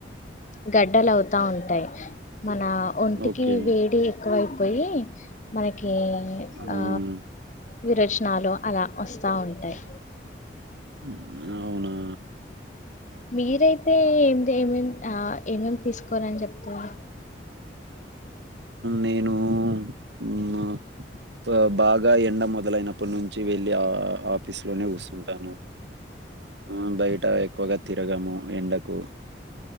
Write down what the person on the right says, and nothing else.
ఓకే
మ్మ్
ఉమ్ అవునా
నేను ఉమ్ ఆ బాగా ఎండ మొదలైనప్పటి నుంచి వెళ్ళి ఆ ఆఫీస్ లోనే గుసుంటాను ఆ బయట ఎక్కువగా తిరిగను ఎండకు